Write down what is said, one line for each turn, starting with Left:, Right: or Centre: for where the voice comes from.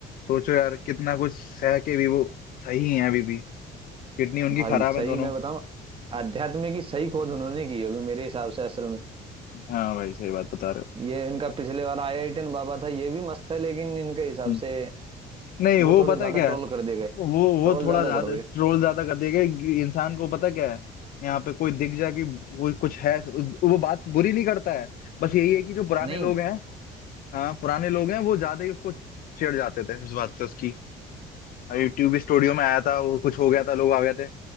Left: सोचो यार कितना कुछ सह के भी वो सही है अभी भी किडनी उनकी
Right: भाई
Left: खराब
Right: सही
Left: है दोनों
Right: मैं बताऊं अध्यात्म की सही खोज उन्होंने की होगी मेरे हिसाब से असल में
Left: हाँ भाई सही बात बता रहे हो
Right: ये इनका पिछले बार आईआईटियन बाबा था ये भी मस्त है लेकिन इनके हिसाब
Left: हम्म।
Right: से
Left: नहीं
Right: वो
Left: वो
Right: थोड़े
Left: पता
Right: ज्यादा
Left: है क्या
Right: ट्रोल
Left: है
Right: कर दिए गए
Left: वो वो
Right: ट्रोल
Left: थोड़ा
Right: ज्यादा
Left: ज्यादा
Right: कर दिए
Left: ट्रोल ज्यादा कर देगा इंसान को पता क्या है यहाँ पे कोई दिख जाए कि कोई कुछ है वो बात बुरी नहीं करता है बस यही है कि जो पुराने
Right: नहीं
Left: लोग हैं हाँ पुराने लोग हैं वो ज्यादा ही उसको छेड़ जाते थे इस बात से उसकी यूट्यूब स्टूडियो में आया था वो कुछ हो गया था लोग आ गए थे